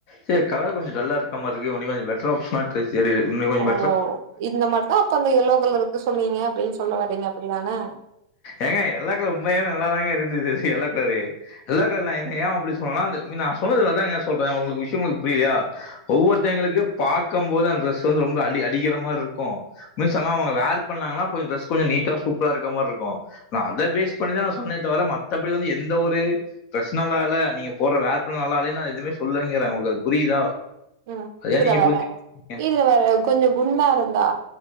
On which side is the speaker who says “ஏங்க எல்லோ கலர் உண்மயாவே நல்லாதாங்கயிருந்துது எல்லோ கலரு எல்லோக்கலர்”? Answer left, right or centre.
Left